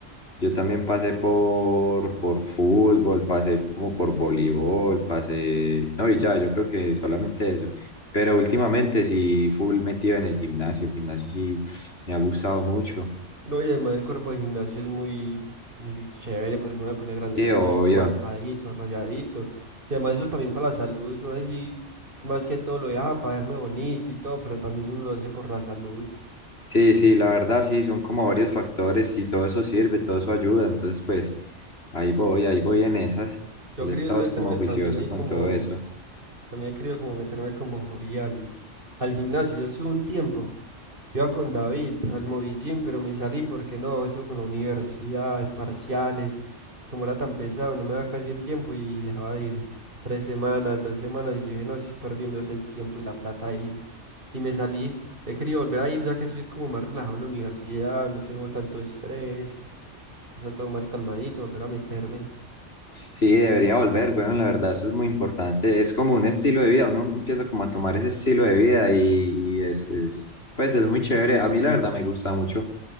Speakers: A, on the left; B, on the right.
A: yo también pasé por, por fútbol, pasé como por voleibol, pasé... No, y ya, yo creo que solamente eso. Pero últimamente sí, full metido en el gimnasio. El gimnasio sí me ha gustado mucho.
B: No, y además el cuerpo de gimnasio es muy, muy chévere porque uno le pone grandecito,
A: Y obvio.
B: marcadito, rayadito. Y además eso también para la salud, uno así, más que todo lo de, ah, para verme bonito y todo, pero también uno lo hace por la salud.
A: Sí, sí, la verdad sí, son como varios factores y todo eso sirve, todo eso ayuda. Entonces, pues, ahí voy, ahí voy en esas.
B: Yo
A: El
B: quería
A: estado
B: es meterme
A: es como juicioso
B: también ahí
A: con
B: como,
A: todo eso.
B: también he querido como meterme como hobby al, al gimnasio. Yo hace un tiempo. Iba con David al Movillín, pero me salí porque no, eso con la universidad, parciales, como era tan pesado, no me daba casi el tiempo y dejaba de ir tres semanas, dos semanas y dije, no, estoy perdiéndose el tiempo y la plata ahí. Y me salí. He querido volver a ir ya que estoy como más relajado en la universidad, no tengo tanto estrés, está todo más calmadito, volver a meterme.
A: Sí, debería volver, weón, la verdad, eso es muy importante. Es como un estilo de vida, uno empieza como a tomar ese estilo de vida y, y es, es, pues es muy chévere. A mí la verdad me gusta mucho.